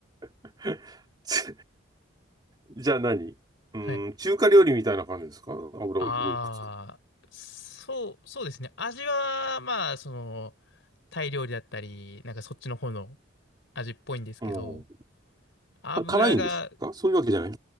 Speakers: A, on the right; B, on the left.
A: <laughs> じゃあ何うーん、
B: はい。
A: 中華料理みたいな感じですか油をいくつか。
B: ああ、そう、そうですね。味は、まあ、その、タイ料理だったり、なんかそっちの方の味っぽいんですけど、
A: うん。
B: 油が、
A: あ辛いんですかそういうわけじゃない。